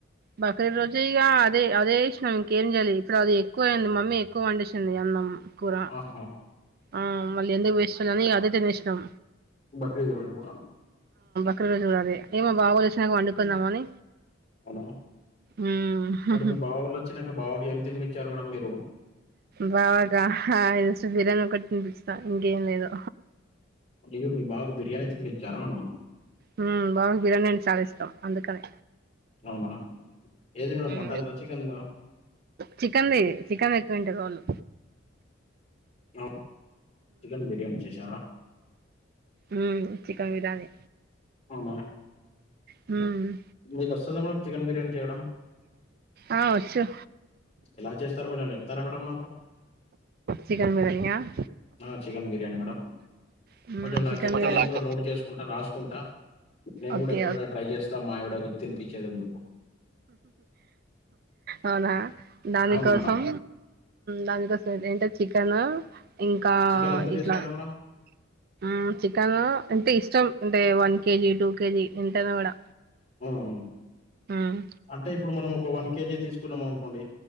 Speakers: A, on the right; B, on the left.
A: బక్రీద్ రోజు ఇగా అదే అదే ఎస్ నం ఇంకేం చేయాలే ఇప్పుడు అది ఎక్కువ అయింది మమ్మీ ఎక్కువ వండేసింది అన్నం కూర
B: ఆహా
A: ఆ మళ్ళీ ఎందుకు చేయలని అదే తినేసినాం
B: బక్రీద్ రోజు కూడ
A: ద్ రోజు కూడ అదే ఇగ మ బావ వాళ్ళు వచ్చినంక వండుకుందామని
B: అవునా
A: ఉమ్
B: మరి మీ బావ వాళ్ళు వచ్చినాక బావకి ఏమి తినిపించారు మేడం మీరు
A: బావక జస్ట్ బీర్యని ఒకటి తినిపిచ్చిన ఇంకేం లేదు
B: అయ్యో మీ బావకి బిర్యానీ తినిపించారా మేడం
A: మ్ బావక్ బిర్యానీ అంటే చాలా ఇష్టం అందుకనే
B: అవునా ఏది మేడం మటన్
A: మ్
B: దా చికెన్ దా
A: చికన్ది చికెన్ ఎక్కువ తింటారు వాళ్ళు
B: అవ్ చికెన్ బిర్యానీ చేసార
A: మ్ చికెన్ బిర్యానీ
B: అవునా
A: మ్
B: మీకు వస్తుదా మేడం చికెన్ బిర్యానీ చేయడం
A: ఆ వచ్చు
B: ఎలా చేస్తారు కొంచెం చెప్తారా మేడమ్ మాకు
A: చికెన్ బిర్యానీయా
B: ఆ చికెన్ బిర్యానీి మేడం
A: హ్మ్
B: కొంచెం నాకు
A: చికెన్
B: చెప్తే నేను కూడా
A: బిర్యానీ
B: నోటు చేసుకుంటా రాసుకుంటా నేను
A: ఓకే
B: కూడా ఎప్పుడైనా ట్రై చేస్తా మా ఆవిడకు తినిపించేదందుకు
A: అవునా దాని
B: అవును
A: కోసం
B: మేడం
A: దానికోసం ఇదేంటో చికెను ఇంకా
B: చికెన్ ఎంత
A: ఇట్లా
B: తీసుకోవాలి మేడం
A: మ్ చికెన్ అంటే ఇష్టం అంటే వన్ కేజీ టూ కేజీ ఎంతైనా కూడా
B: హ్మ్. హ్మ్.
A: మ్
B: అంటే ఇప్పుడు మనం ఒక వన్ కేజీ తీసుకున్నాం అనుకోడి